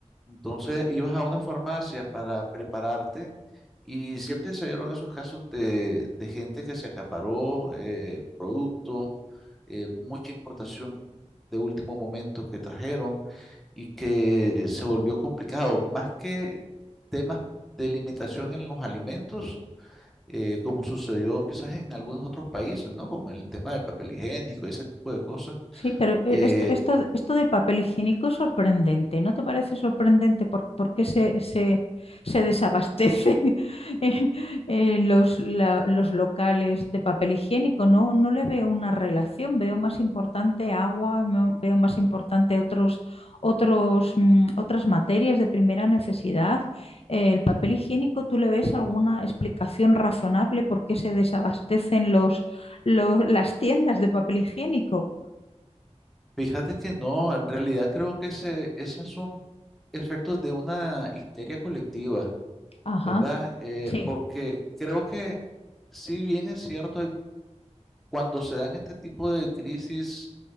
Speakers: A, in the centre; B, on the left.
A: entonces ibas a una farmacia para prepararte y siempre se dieron esos casos de, de gente que se acaparó eh, productos, eh, mucha importación de último momento que trajeron y que se volvió complicado, más que temas de limitación en los alimentos eh, como sucedió quizás en algunos otros países, ¿no? Con el tema del papel higiénico y ese tipo de cosas.
B: Sí, pero eh,
A: Eh,
B: esto, esto, de- esto del papel higiénico es sorprendente. ¿No te parece sorprendente por, por qué se, se, se desabastecen <laughs> eh, eh, los, la- los locales de papel higiénico? No, no le veo una relación. Veo más importante agua, no- veo más importante otros, otros, mm, otras materias de primera necesidad. Eh, el papel higiénico, ¿tú le ves alguna explicación razonable por qué se desabastecen los, los, las tiendas de papel higiénico?
A: fíjate que no, en realidad creo que ese, esos son efectos de una histeria colectiva,
B: Ajá,
A: ¿verdad? Eh,
B: sí,
A: porque creo que si bien es cierto, hay- cuando se dan este tipo de crisis,